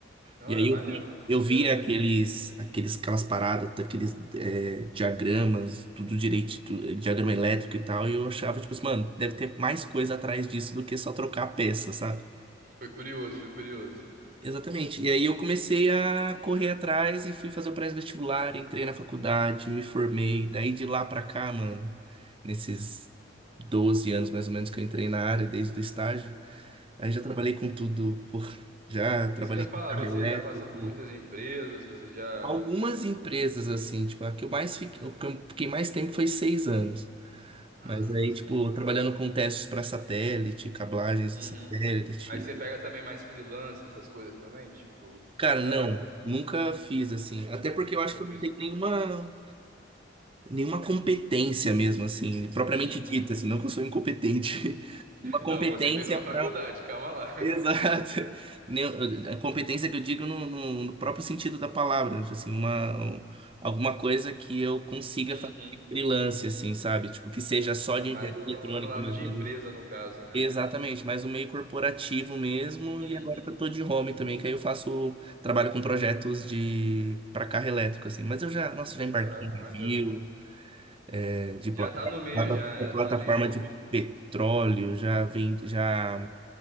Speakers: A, on the right; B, on the right.
A: Olha,
B: E aí
A: maneiro.
B: eu vi, eu
A: Diferente.
B: vi aqueles, aqueles, aquelas paradas, aqueles é, diagramas, tudo direito, tu- diagrama elétrico e tal, e eu achava, tipo assim, mano, deve ter mais coisa atrás disso do que só trocar a peça, sabe?
A: Foi curioso, foi curioso.
B: Exatamente. E aí eu comecei a correr atrás e fui fazer o pré-vestibular, entrei na faculdade, me formei. Daí de lá pra cá, mano, nesses 12 anos mais ou menos que eu entrei na área, desde o estágio, aí
A: Uhum.
B: já trabalhei com tudo, pô, já trabalhei
A: Isso que eu ia falar,
B: com carro
A: você
B: elétrico.
A: já passou por muitas empresas, você já,
B: Algumas
A: tipo,
B: empresas, assim, tipo, a que eu mais fiquei, o que eu fiquei mais tempo foi seis anos.
A: ah,
B: Mas aí,
A: bastante
B: tipo,
A: tempo.
B: trabalhando com testes para satélite, cablagens
A: Uhum.
B: de satélite.
A: Aí você pega também mais freelance, essas coisas também, tipo,
B: Cara,
A: no caso,
B: não,
A: ou não?
B: nunca fiz assim. Até porque eu
A: nunca
B: acho que
A: fez
B: eu não tenho
A: freelance.
B: nenhuma, nenhuma competência mesmo, assim, propriamente
A: Uhum.
B: dita, assim, não que eu sou incompetente. <laughs> Uma competência
A: Não, você fez uma faculdade,
B: para. <laughs>
A: calma lá. <laughs>
B: Exato. Nem- A competência que eu digo no, no- no próprio sentido da palavra, tipo assim, uma, um- alguma coisa que eu consiga
A: Uhum.
B: fazer freelance, assim, sabe? Tipo, que seja só
A: É
B: de
A: mais
B: engenharia
A: no,
B: eletrônica
A: no lado
B: mesmo.
A: de
B: né?
A: empresa, no caso, né?
B: Exatamente, mais o meio corporativo mesmo, e agora
A: Uhum.
B: que eu tô de home também, que aí eu faço, trabalho com projetos de para carro elétrico, assim, mas eu já, nossa, já embarquei
A: Caraca,
B: em navio,
A: maneiro.
B: é, de
A: Já
B: pla-
A: tá no meio,
B: plata-
A: já, né?
B: plataforma
A: já tá envolvido.
B: de petróleo, já vim, já,